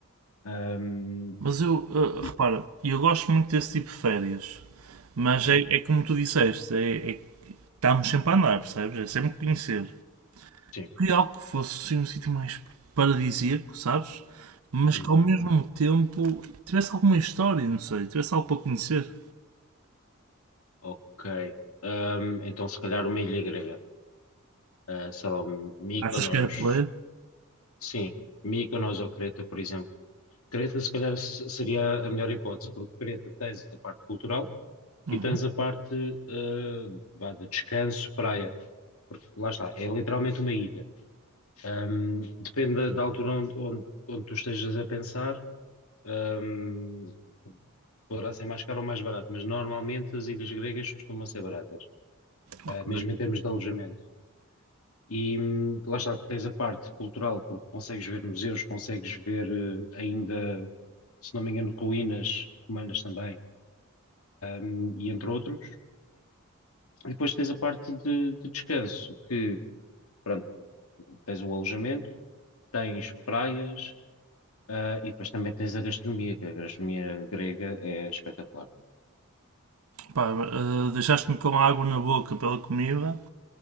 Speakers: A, on the left; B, on the right.
A: Um,
B: Mas eu, eh,
A: e,
B: repara, eu gosto muito desse tipo de férias. Mas
A: Ok.
B: é, é como tu disseste, é, é que estamos sempre a andar, percebes? É sempre conhecer.
A: Sim.
B: Queria algo que fosse assim, um sítio mais paradisíaco, sabes? Mas
A: Uhum.
B: que ao mesmo tempo tivesse alguma história, não sei, tivesse algo para conhecer.
A: Ok. Ahm, então, se calhar uma ilha grega. Ah, sei lá, Mykonos.
B: Achas que era por aí?
A: Sim, Mykonos ou Creta, por exemplo. Creta, se calhar, se- seria a melhor hipótese, porque Creta tens a parte cultural
B: Uhum,
A: e tens a parte ah, vá, de descanso, praia. Porque lá está, é literalmente uma ilha. Ahm, depende da, da altura onde, onde, onde tu estejas a pensar. ahm, poderá ser mais caro ou mais barato, mas normalmente as ilhas gregas costumam ser baratas. eh,
B: ok.
A: mesmo em termos de alojamento. E hum, lá está, tens a parte cultural, porque consegues ver museus, consegues ver eh, ainda, se não me engano, ruínas romanas também, hum, e entre outros. E depois tens a parte de, de descanso, que, pronto, tens o alojamento, tens praias, ah, e depois também tens a gastronomia, que a gastronomia grega é espetacular.
B: Pá, eh, deixaste-me com água na boca pela comida